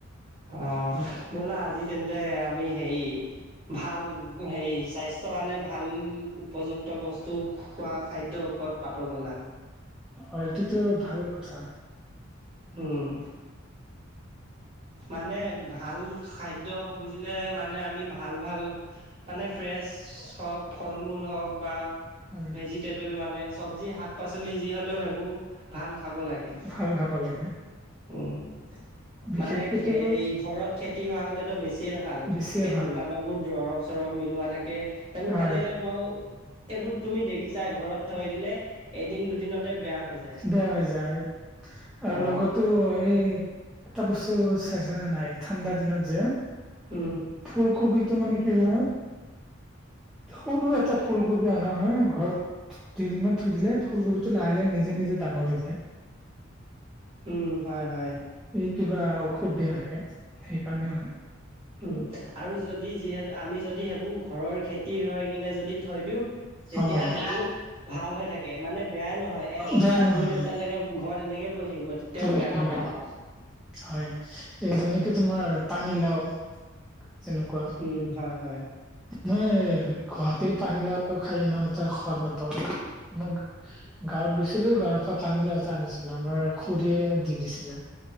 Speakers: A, on the right (about 30°); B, in the centre.
A: অ
B: বিষ
A: বলা আজি তেন্তে আমি হেৰি ভাল হেৰি স্বাস্থ্যৰ কাৰণে ভাল উপযুক্ত বস্তু খোৱা খাদ্যৰ ওপৰত পাতো বলা
B: অ এইটোটো ভাল কথা
A: উম মানে ভাল খাদ্য বুজিলে মানে আমি ভাল ভাল মানে ফ্ৰেছ হওক ফল মূল হওক বা
B: হয়
A: ভেজিটেবল মানে চব্জি শাক পাচলি যি হলেও সেইবোৰ ভাল খাব লাগে
B: ভাল খাব লাগে
A: উম।
B: বিশেষকেতো
A: মানে খে সেই ঘৰত খেতি হোৱা হলেতো বেছিয়ে ভাল
B: বেছিয়ে
A: এই
B: ভাল
A: দোকান বোৰ দৰৱ চৰব মিলোৱা থাকে সেইবোৰ
B: হয়
A: খালে বাৰু এইবোৰ তুমি দেখিছাই ঘৰত থৈ দিলে এদিন দুদিনতে বেয়া হৈ যায়
B: বেয়া হৈ যায় আৰু
A: অঁ,
B: লগত ত' এই এটা বস্তু চাইছা নে নাই ঠাণ্ডা দিনত যে
A: উম
B: ফুলকবিটো মানে কি হয় সৰু এটা ফুলকবি অনা হয় ঘৰত দুদিনমান থৈ দিলে ফুলকবি টো লাহে লাহে নিজে নিজে ডাঙৰ হৈ যায়
A: উম হয় হয়
B: এই কিবা ঔষধ দিয়া থাকে সেইকাৰণে হয়
A: উম আৰু যদি যিহেত আমি যদি সেইবোৰ ঘৰৰ খেতি হৈ কিনে যদি থৈ দিওঁ তেতিয়া
B: অ
A: সেইবোৰ ভাল হৈ থাকে মানে বেয়াই নহয় এসপ্তাহ
B: বেয়া নহয়
A: দুই সপ্তাহ লেকে ঘৰত এনেকে পৰি থাকিব তেতিয়াও
B: <unintelligible>
A: বেয়া নহয় সেইবোৰ।
B: হয় এই যেনেকে তোমাৰ পানী লাও তেনেকুৱা
A: উম, হয় হয়।
B: মই গুৱাহাটীৰ পানীলাওটো খাই ইমান এটা সোৱাদ নাপাওঁ আৰু মো গাঁৱত গৈছিলো গাঁৱৰ পৰা পানী লাও এটা আনিছিলো আমাৰ খুৰীয়ে দি দিছিলে